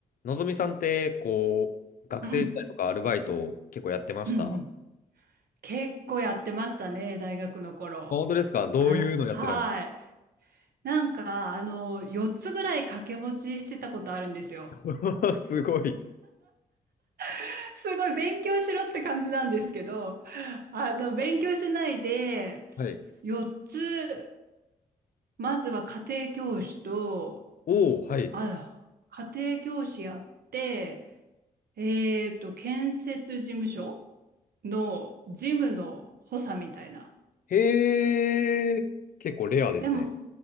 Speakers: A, on the left; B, on the right.
A: のぞみさんって、こう、学生時代とかアルバイト結構やってました。
B: うん、うん、うん。
A: あ
B: 結構やってましたね、大学の頃。
A: 本当ですかどういうのやってたんで
B: あ、はい。なんか、あの、4つぐらい掛け持ちしてたことあるんですよ。
A: すか <laughs> すごい。
B: <laughs> すごい勉強しろって感じなんですけど、あの、勉強しないで、
A: はい。
B: 4つ、まずは家庭教師と、
A: おお、はい。
B: あ、家庭教師やって、えっと、建設事務所の事務の補佐みたいな。
A: へえ、結構レアですね。
B: でも、